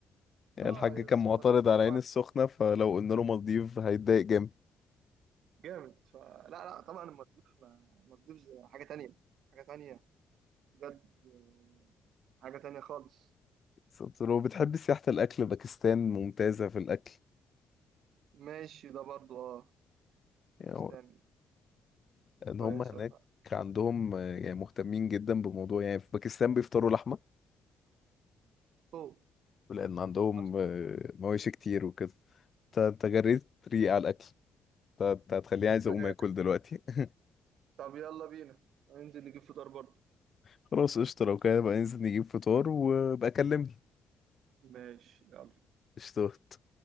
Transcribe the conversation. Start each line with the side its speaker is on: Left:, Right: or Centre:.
Left: يعني
Right: اه
Left: الحاج
Right: يا
Left: كان
Right: بس
Left: معترض
Right: المالديف
Left: على
Right: طبعا
Left: عين السخنة فلو قلنا له مالديف هيتضايق جامد
Right: جامد فلا لا لا، طبعا المالديف ما- المالديف حاجه تانية حاجه تانية بجد آه، حاجه تانية خالص
Left: بالظبط. لو بتحب سياحة الأكل باكستان ممتازة في الأكل
Right: ماشي ده برضو اه باكستان
Left: يعني هو- إن
Right: كويسه
Left: هم هناك عندهم آه، يعني مهتمين جدا بموضوع يعني في باكستان بيفطروا لحمة
Right: اوه
Left: لأن عندهم
Right: أصل
Left: آه، مواشي كتير وكده انت انت جريت ريق على الأكل انت انت هتخليني عايز أقوم
Right: بقى-
Left: آكل دلوقتي <laughs>
Right: طب يلا بينا هننزل نجيب فطار برضو
Left: خلاص قشطة لو كده بقى ننزل نجيب فطار وبقى كلمني
Right: ماشي يلا
Left: قشطة